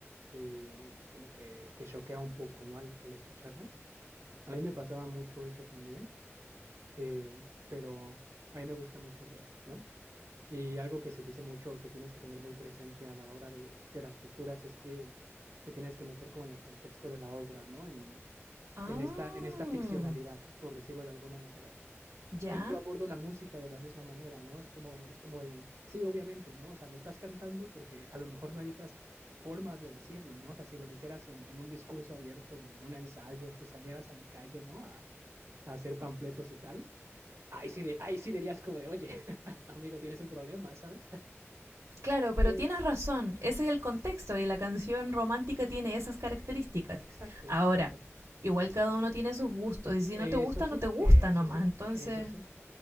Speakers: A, on the right; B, on the right.
A: y como que, que choquea un poco, ¿no? Al, al escucharlas. A mí me pasaba mucho eso también, eh, pero a mí me gusta mucho leer, ¿no? Y algo que se dice mucho, que tienes que tener muy presente a la hora de, de las lecturas, es que te tienes que meter como en el contexto de la obra, ¿no? En,
B: Ah,
A: en esta, en esta ficcionalidad, por decirlo de alguna manera.
B: ya.
A: Y yo abordo la música de la misma manera, ¿no? Es como, es como el, sí, obviamente, ¿no? O sea, lo estás cantando porque a lo mejor no hay otras formas de decirlo, ¿no? O sea, si lo dijeras en, en un discurso abierto, en un ensayo, si salieras a la calle, ¿no? A, a hacer panfletos y tal, ahí sí, de, ahí sí dirías como de, oye, <laughs> amigo, tienes un problema, ¿sabes?
B: Claro, pero
A: Pero
B: tienes razón, ese es el contexto y la canción romántica tiene esas características.
A: Exacto,
B: Ahora,
A: exacto.
B: igual cada uno tiene sus gustos y si
A: Eso
B: no te gusta,
A: sí,
B: no te gusta
A: eso
B: nomás,
A: sí,
B: entonces
A: eso sí.